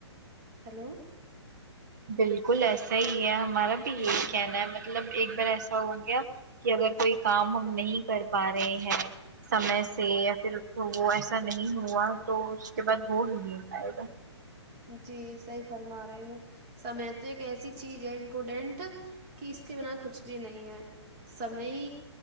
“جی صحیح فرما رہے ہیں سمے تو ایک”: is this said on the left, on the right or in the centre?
Right